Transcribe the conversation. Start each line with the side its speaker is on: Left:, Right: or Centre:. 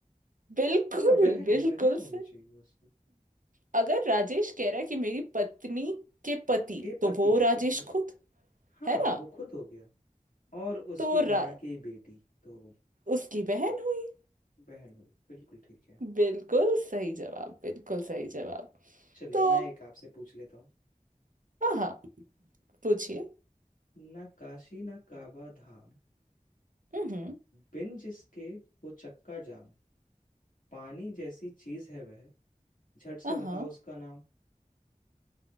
Right: बिल्कुल
Left: हाँ बहन
Right: बिल्कुल
Left: बहन होनी
Right: से
Left: चाहिए उसकी
Right: अगर राजेश कह रहा है कि मेरी पत्नी के पति
Left: के
Right: तो
Left: पति
Right: वो राजेश
Left: इट मी
Right: खुद
Left: हाँ
Right: है ना
Left: वो खुद हो गया और उसकी
Right: तो रा,
Left: माँ की बेटी तो
Right: उसकी बहन हुई
Left: बहन हुई बिल्कुल ठीक है
Right: बिल्कुल सही जवाब बिल्कुल सही जवाब
Left: चलिए
Right: तो
Left: मैं एक आपसे पूछ लेता हूँ
Right: हाँ पूछिए
Left: ना काशी ना काबा धाम
Right: हम्म
Left: बिन जिसके हो चक्का जाम पानी जैसी चीज है वह झट से
Right: हाँ
Left: बताओ उसका नाम